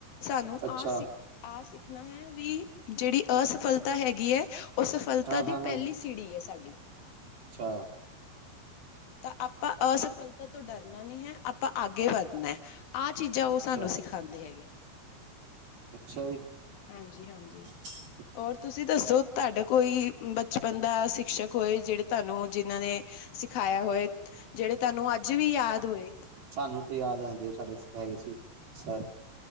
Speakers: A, on the left; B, on the right.
A: ਸਾਨੂੰ
B: ਅੱਛਾ
A: ਆ ਸਿੱਖ ਆਹ ਸਿੱਖਣਾ ਹੈ ਵੀ ਜਿਹੜੀ ਅਸਫਲਤਾ ਹੈਗੀ ਹੈ, ਉਹ ਸਫਲਤਾ
B: ਹਾਂ ਹਾਂ
A: ਦੀ
B: ਹਾਂ
A: ਪਹਿਲੀ ਸੀੜੀ ਹੈ ਸਾਡੀ
B: ਅੱਛਾ
A: ਤਾਂ ਆਪਾਂ ਅਸਫਲਤਾ ਤੋਂ ਡਰਨਾ ਨਹੀ ਹੈ ਆਪਾਂ ਅੱਗੇ ਵੱਧਣਾ, ਆਹ ਚੀਜ਼ਾਂ ਉਹ
B: ਅੱਛਾ
A: ਸਾਨੂੰ ਸਿਖਾ ਖਾਂਦੇ ਹੈਗੇ
B: ਅੱਛਾ ਜੀ।
A: ਹਾਂਜੀ, ਹਾਂਜੀ।
B: ਠ <unintelligible> <unintelligible>
A: ਔਰ ਤੁਸੀਂ ਦੱਸੋ ਤੁਹਾਡਾ ਕੋਈ ਬਚਪਨ ਦਾ ਸ਼ਿਕਸ਼ਕ ਹੋਏ ਜਿਹੜੇ ਤੁਹਾਨੂੰ ਜਿਨਾਂ ਨੇ ਸਿਖਾਇਆ ਹੋਏ, ਜਿਹੜੇ ਤੁਹਾਨੂੰ ਅੱਜ ਵੀ ਯਾਦ ਹੋਏ।
B: ਸਾਨੂੰ ਤੇ ਯਾਦ ਆਉਂਦੇ ਸਾਡੇ ਹੈਗੇ ਸੀ ਸਰ